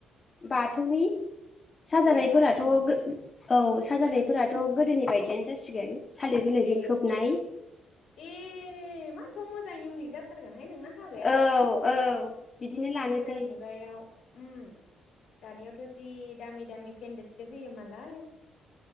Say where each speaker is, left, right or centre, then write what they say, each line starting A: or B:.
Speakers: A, on the left (about 35°); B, on the left (about 75°).
A: बाथौनि साजानायफोराथ'
B: ए बाथौनि
A: गो औ साजानायफोराथ' गोदोनि बायदियानो जासिगोन। थालिर बिलाइजों
B: ए
A: खोबनाय
B: ए माथ' मोजां इउनिक जाथार थारगोनहाय नोंना हाबाया
A: औ औ बिदिनो लानोसै
B: गोदान मुगायाव उम दानियावथ' जि दामि दामि पेन्देलसो होयो मालाय